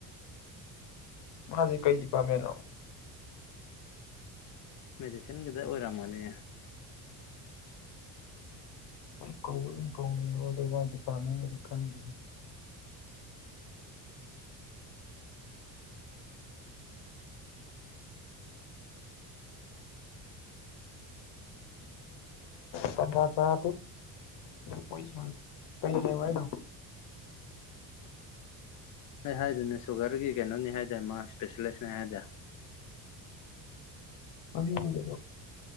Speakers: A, on the left (about 70°); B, on the left (about 45°).
A: ꯃꯥꯁꯦ ꯀꯩꯗꯤ ꯗꯤꯄꯔꯃꯦꯟꯅꯣ
B: ꯃꯦꯗꯤꯁꯟꯒꯤꯗ ꯑꯣꯏꯔꯝꯃꯅꯤ
A: ꯏ ꯏꯀꯣꯅꯤ ꯑꯣꯗꯕꯥ ꯄꯥꯅꯤ ꯍꯥꯎꯖꯤꯛ ꯀꯟ ꯈꯪꯗꯦ
B: <inaudible>
A: ꯁꯕꯥ ꯆ ꯄꯁꯥ ꯀꯩ ꯂꯩꯎꯍꯥꯏꯅꯣ
B: ꯑꯩ ꯍꯥꯏꯗꯨꯅꯦ ꯁꯨꯒꯔꯒꯤ ꯀꯩꯅꯣꯅꯤ ꯍꯥꯏꯗꯥꯢ ꯃꯥ ꯏꯁꯄꯦꯁꯦꯂꯤꯁꯅꯦ ꯍꯥꯏꯗꯥꯢ
A: ꯑꯅꯤꯕꯨꯅ